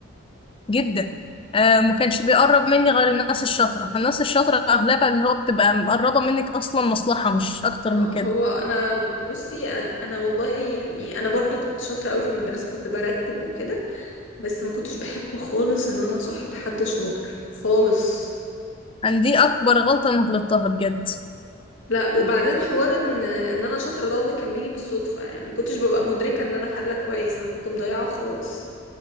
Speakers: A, on the left; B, on the left.
A: جدا آه ما كانش بيقرب مني غير الناس الشاطره فالناس الشاطره اغلبها اللي هو بتبقى مقربه منك اصلا مصلحه مش اكتر
B: اه
A: من كده
B: هو انا بصي اه انا والله يعني انا برضو كنت شاطرة قوي في المدرسة كنت برتب وكده بس ما كنتش بحب خالص ان انا صاحب حد شاطر خالص
A: يعني دي اكبر غلطه انا غلطتها بجد
B: لا وبعدين حوار ان ان انا شاطرة ده والله كان بيجي بالصدفة يعني ما كنتش ببقى مدركة ان انا حلة كويس انا كنت مضيعة خالص